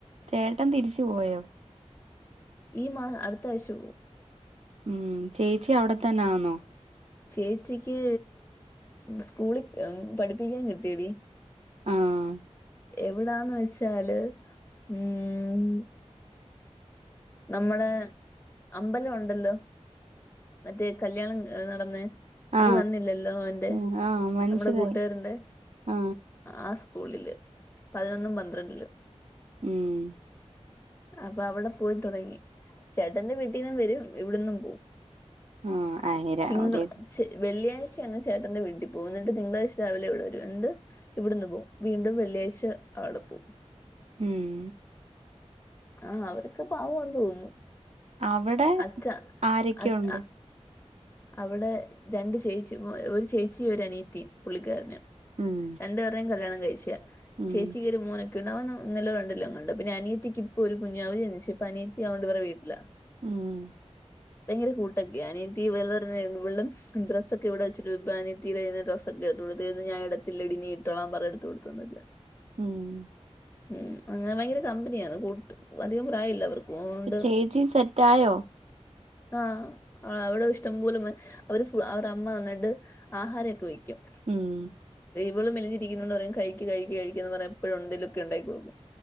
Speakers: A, on the right (about 65°); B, on the left (about 15°).
A: ചേട്ടൻ തിരിച്ച് പോയോ
B: ഈ മാ അടുത്തായ്ച്ചോ
A: ഉം ചേച്ചി അവ്ടെത്തന്നെ ആന്നോ
B: ചേച്ചിക്ക് സ്കൂളി പഠിപ്പിക്കാൻ കിട്ടിയെടി
A: ആഹ്
B: എവിടാന്ന് വെച്ചാല് ഉം നമ്മുടെ അമ്പല ഉണ്ടല്ലോ മറ്റേ കല്യാണം നടന്നെ
A: ആ
B: നീ വന്നില്ലല്ലോ അവന്റെ
A: ഉം, ആ മനസ്സിലായി
B: നമ്മുടെ കൂട്ടുകാരന്റെ
A: ആ
B: ആ സ്കൂളില് പതിനൊന്നും പന്ത്രണ്ടിലും
A: ഉം
B: അപ്പ അവടെ പോയി തുടങ്ങി ചേട്ടന്റെ വീട്ടീന്നും വരും ഇവിട്ന്നും പോ
A: ആ ആയിര
B: തിങ്കൾ
A: ഒരു
B: <inaudible> വെള്ളിയാഴ്ച അങ് ചേട്ടന്റെ വീട്ടി പോവും ന്നട്ട് തിങ്കളാഴ്ച രാവിലെ ഇവിടെവരും എന്ത് ഇവടന്ന് പോവും വീണ്ടും വെള്ളിയാഴ്ച അവടെ പോവും
A: ഉം ഉം
B: ആഹ് അവരൊക്കെ പാവാന്ന് തോന്നുന്നു
A: അവിടെ
B: അച്ച
A: ആരൊക്കെയുണ്ട്?
B: അച്ച അവടെ രണ്ട് ചേച്ചിമാ ഒര് ചേച്ചി ഒരനിയത്തിം പുള്ളിക്കാരന്
A: ഉം
B: രണ്ട്പേർടെയും കല്യാണം കഴിച്ചയാണ്
A: ഉം
B: ചേച്ചിക്കൊര് മോ ക്ക്ണവൻ ഒന്നിലോ രണ്ടിലെങ്ങാണ്ട് പിന്നെ അനിയത്തിക്ക് പ്പൊര് കുഞ്ഞാവ ജൻച്ച് ഇപ്പനിയത്തി അവന്റെ വടെ വീട്ട്ല
A: ഉം
B: ഭയങ്കര കൂട്ടൊക്കെയ അനിയത്തി വളർഞ്ഞെ വൾടെ ഡ്രസ്സൊക്കെ ഇവിടെ വെച്ചിട്ട് ഇപ്പ നിയത്തീടെ ഡ്രസ്സൊക്കെ കൊട്ത്തേന്ന് ഞാൻ ഇടത്തില്ലെടി നീ ഇട്ടോളാൻ പറ എടുത്ത് കൊടുത്തന്നല്ല
A: ഉം
B: ഉം ഞങ്ങ ഭയങ്കര കമ്പനിയാന്ന് കൂ വധികം പ്രായല്ലവർക്ക് ഓണ്ട്
A: ചേച്ചി സെറ്റായോ?
B: ആഹ് അവടെ ഇഷ്ടം പോലെ മ് അവര് അവർ അമ്മ നന്നിട്ട് ആഹാരൊക്കെ വയ്ക്കും
A: ഉം
B: വൾ മെലിഞ്ഞിരിക്കുന്നോണ്ടറിം കഴിക്ക് കഴിക്ക് കഴിക്കന്ന് പറഞ്ഞ് എപ്പഴും ന്തേലൊക്കെണ്ടായി കൊടുക്കും